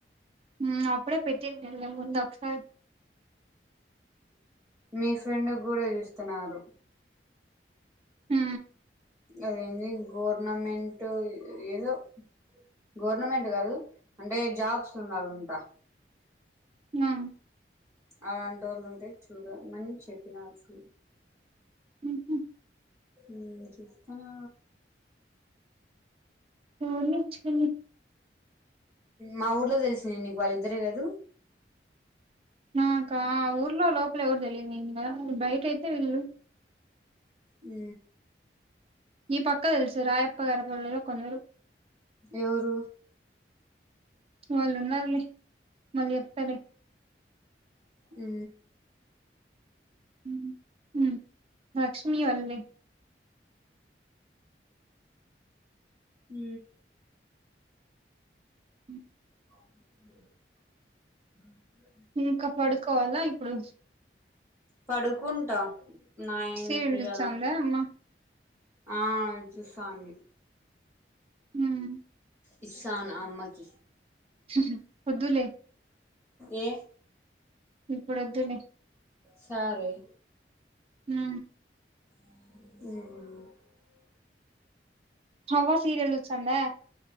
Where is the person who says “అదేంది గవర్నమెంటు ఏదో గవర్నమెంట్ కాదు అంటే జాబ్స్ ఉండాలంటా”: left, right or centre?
Right